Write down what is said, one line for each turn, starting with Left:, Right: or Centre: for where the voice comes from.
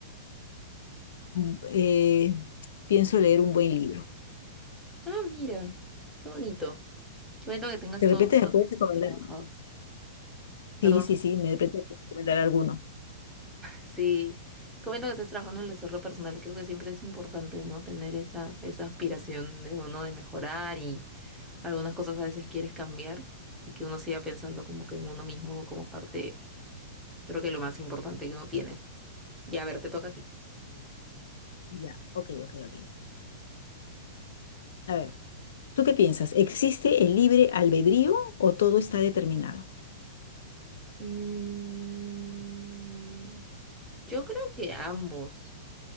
Left: mm, eh, pienso leer un buen libro.
Centre: Ah, mira, qué bonito. Qué bonito que tengas
Left: De
Centre: todo
Left: repente
Centre: eso,
Left: me puedes recomendar.
Centre: eso trabajado. Perdón.
Left: Sí, sí, sí, me de repente puedes recomendar alguno.
Centre: Sí, comiendo que estás trabajando en el desarrollo personal, creo que siempre es importante, ¿no? Tener esa, esa aspiración de uno de mejorar y algunas cosas a veces quieres cambiar y que uno siga pensando como que en uno mismo como parte, creo que lo más importante que uno tiene. Ya, a ver, te toca a ti.
Left: Ya, ok, ok, ok. A ver, ¿tú qué piensas? ¿Existe el libre albedrío o todo está determinado?
Centre: Mm, yo creo que ambos.